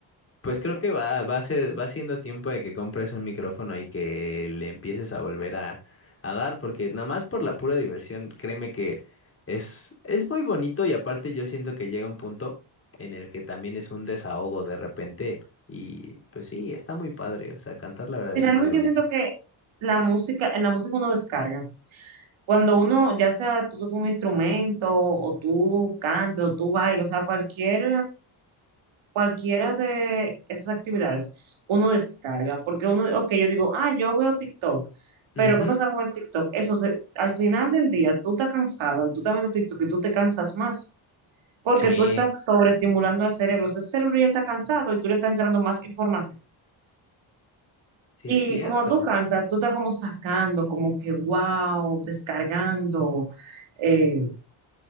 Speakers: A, on the left; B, on the right.
A: Pues creo que va, va a ser, va siendo tiempo de que compres un micrófono y que le empieces a volver a, a dar, porque nada más por la pura diversión, créeme que es, es muy bonito y aparte yo siento que llega un punto en el que también es un desahogo de repente y pues sí, está muy padre, o sea, cantar la verdad
B: Realmente
A: es muy bonito.
B: yo siento que la música, en la música uno descarga. Cuando uno, ya sea tú tocas un instrumento, o tú cantes, o tú bailas, o sea, cualquier, cualquiera de esas actividades, uno descarga. Porque uno, ok, yo digo, ah, yo veo TikTok.
A: Ujú.
B: Pero ¿qué pasa con el TikTok? Eso, se- al final del día, tú estás cansado, y tú también lo TikTok y tú te cansas más. porque
A: Sí,
B: tú estás sobreestimulando al cerebro. O sea, ese cerebro ya está cansado y tú le estás entrando más información.
A: sí
B: Y
A: es cierto.
B: cuando tú cantas, tú estás como sacando, como que wow, descargando. eh,